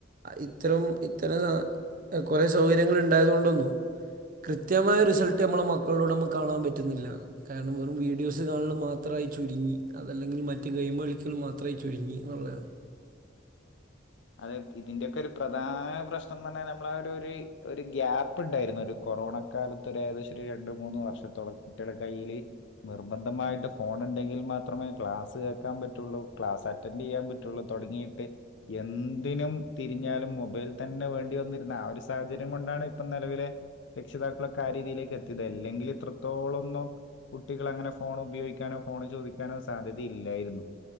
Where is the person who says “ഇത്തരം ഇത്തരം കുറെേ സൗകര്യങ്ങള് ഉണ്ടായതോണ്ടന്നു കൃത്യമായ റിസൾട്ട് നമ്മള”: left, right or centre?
Right